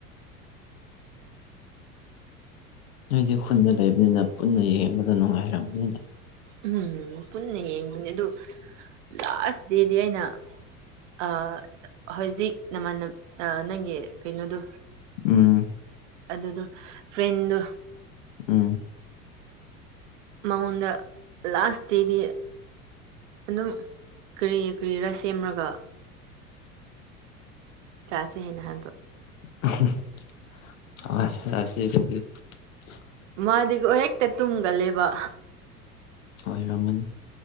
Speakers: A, on the left (about 65°); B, on the right (about 55°).
A: ꯅꯣꯏꯗꯤ ꯈꯨꯟꯗ ꯂꯩꯕꯅꯤꯅ ꯄꯨꯟꯅ ꯌꯦꯡꯕꯗ ꯅꯨꯡꯉꯥꯏꯔꯕꯅꯤꯅ
B: ꯎꯝ ꯄꯨꯟꯅ ꯌꯦꯡꯕꯅꯦ ꯑꯗꯨ ꯂꯥꯁ ꯗꯦꯗꯤ ꯑꯩꯅ ꯑ ꯍꯧꯖꯤꯛ ꯅꯃꯅ ꯅꯪꯒꯤ ꯀꯩꯅꯣꯗꯣ
A: ꯎꯝ
B: ꯑꯗꯨꯗꯣ ꯐ꯭ꯔꯦꯟꯗꯣ
A: ꯎꯝ
B: ꯃꯥꯎꯟꯗ ꯂꯥꯁ ꯇꯦꯗꯤ ꯑꯗꯨꯝ ꯀꯔꯤ ꯀꯔꯤꯔꯥ ꯁꯦꯝꯔꯒ ꯆꯥꯁꯦ ꯍꯥꯏꯅ ꯍꯥꯏꯕ
A: <unintelligible>
B: ꯃꯥꯗꯤꯀꯣ ꯍꯦꯛꯇ ꯇꯨꯝꯒꯂꯦꯕ
A: ꯑꯣꯏꯔꯝꯃꯅꯤ